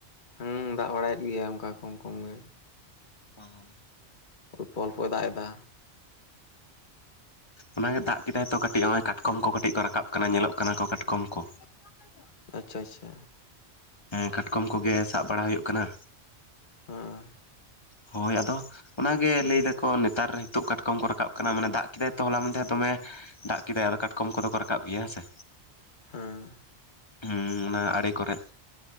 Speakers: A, on the left; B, on the left.
A: ᱦᱩᱸ ᱫᱟᱜ ᱵᱟᱲᱟᱭᱮᱫ ᱜᱮᱭᱟ ᱚᱱᱠᱟ ᱠᱚᱢ ᱠᱚᱢ ᱜᱮ᱾
B: ᱯᱚᱸ
A: ᱚᱞᱯᱚ ᱚᱞᱯᱚᱭ ᱫᱟᱜ ᱮᱫᱟ᱾
B: ᱚᱱᱟᱜ ᱜᱮ ᱫᱟᱜ ᱠᱮᱫᱟᱭ ᱛᱚ ᱠᱟᱹᱴᱤᱡ ᱦᱚᱸᱜᱼᱚᱭ ᱠᱟᱴᱠᱚᱢ ᱠᱚ ᱠᱟᱹᱴᱤᱡ ᱠᱚ ᱨᱟᱠᱟᱵ ᱠᱟᱱᱟ ᱧᱮᱞᱚᱜ ᱠᱟᱱᱟ ᱠᱚ ᱠᱟᱴᱠᱚᱢ ᱠᱚ᱾
A: <unintelligible> ᱟᱪᱪᱷᱟ ᱟᱪᱪᱷᱟ
B: ᱦᱮᱸ ᱠᱟᱴᱠᱚᱢ ᱠᱚᱜᱮ ᱥᱟᱵ ᱵᱟᱲᱟ ᱦᱳᱭᱳᱜ ᱠᱟᱱᱟ᱾
A: ᱦᱮᱸ
B: ᱦᱳᱭ ᱟᱫᱚ ᱚᱱᱟᱜᱮ ᱞᱟᱹᱭ ᱫᱟᱠᱚ ᱱᱮᱛᱟᱨ ᱱᱤᱛᱚᱜ ᱠᱟᱴᱠᱚᱢ ᱠᱚ ᱨᱟᱠᱟᱵ ᱠᱟᱱᱟ ᱢᱟᱱᱮ ᱫᱟᱜ ᱠᱮᱫᱟᱭ ᱛᱚ ᱦᱚᱞᱟ ᱢᱟᱸᱫᱷᱮᱨ ᱫᱚᱢᱮ᱾ ᱫᱟᱜ ᱠᱮᱫᱟᱭ ᱟᱫᱚ ᱠᱟᱴᱠᱚᱢ ᱠᱚᱫᱚ ᱠᱚ ᱨᱟᱠᱟᱵ ᱜᱮᱭᱟ ᱦᱮᱸᱥᱮ᱾
A: ᱦᱮᱸ
B: ᱦᱩᱸ ᱚᱱᱟ ᱟᱲᱮ ᱠᱚᱨᱮᱫ